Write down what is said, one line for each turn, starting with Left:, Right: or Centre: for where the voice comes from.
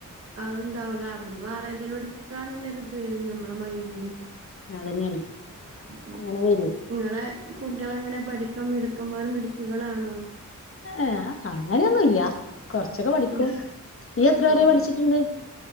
Right: അ ഉണ്ടാവില്ല അവിടുന്ന് വേറെ എന്തേലും എടുക്കാനല്ല ഒരിത് ഞമ്മളെ മൈന്റിന്
Left: അതന്നെയാണ്
Right: ആ
Left: അങ്ങനെ വരും
Right: നിങ്ങളെ കുട്ടികളെങ്ങനെ പഠിക്കാൻ മിടുക്കന്മാരും മിടുക്കികളാണോ
Left: ഏ് അങ്ങനെയൊന്നുല്ല കൊറച്ചൊക്കെ പഠിക്കും
Right: ഉം
Left: നീ എത്ര വരെ
Right: ഓഹ്
Left: പഠിച്ചിട്ടുണ്ട്